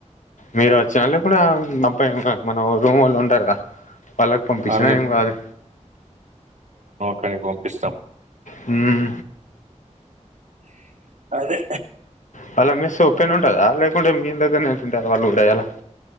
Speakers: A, on the left; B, on the right.
A: మీరు వచ్చినాళ్ కూడా అబ్బై మనం రూమ్ వొళ్ళు ఉంటారుగా పలకు పంపిచిన
B: వాళ్ళ
A: ఏమ్ కాదు
B: కాని పంపిస్తాం
A: హ్మ్
B: అదే
A: వాళ్ళ మెస్ ఒప్పెన్ ఉంటద లేకుంటే మీ దగ్గరనే వాళ్ళు ఉండాల